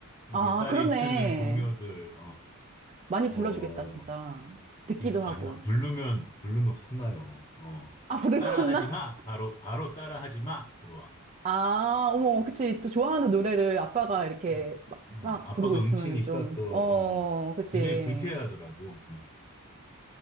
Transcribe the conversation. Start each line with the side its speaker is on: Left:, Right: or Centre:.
Left: 이게
Right: 아,
Left: 딸이
Right: 그렇네.
Left: 트는 동요들
Right: 많이 불러주겠다,
Left: 어뭐
Right: 진짜. 듣기도
Left: 아니야
Right: 하고.
Left: 부르면 부르면 혼나요 어
Right: 아, 부르나?
Left: 따라하지 마 바로 바로 따라하지 마 들어와
Right: 아, 어머, 그치. 또 좋아하는 노래를 아빠가 이렇게
Left: 음,
Right: 막,
Left: 어,
Right: 막
Left: 아빠가
Right: 부르고 있으면은
Left: 응치니까
Right: 좀,
Left: 또
Right: 어,
Left: 어,
Right: 그치.
Left: 굉장히 불쾌하더라고